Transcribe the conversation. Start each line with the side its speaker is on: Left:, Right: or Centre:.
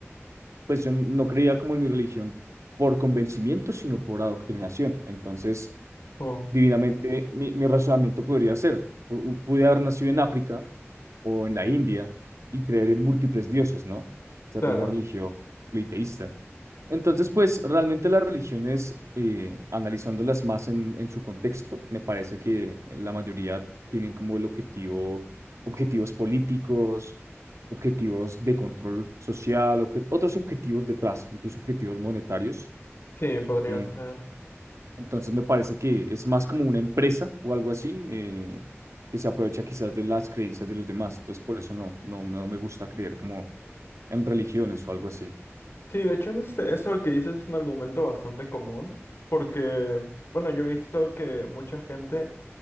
Right: pues yo no creía como en mi religión por convencimiento, sino por adoctrinación. Entonces,
Left: Oh,
Right: divinamente, mi, mi razonamiento podría ser, pu- pude haber nacido en África o en la India y creer en múltiples dioses, ¿no? O sea,
Left: claro.
Right: de una religión politeísta Entonces, pues realmente las religiones, eh, analizándolas más en, en su contexto, me parece que la mayoría tienen como el objetivo, objetivos políticos, objetivos de control social, obje- otros objetivos detrás, incluso objetivos monetarios.
Left: Sí, podría
Right: eh,
Left: ser.
Right: entonces, me parece que es más como una empresa o algo así, eh, que se aprovecha quizás de las creencias de los demás. Entonces, por eso no, no, no me gusta creer como en religiones o algo así.
Left: Sí, de hecho, este, eso que dices es un argumento bastante común, porque, bueno, yo he visto que mucha gente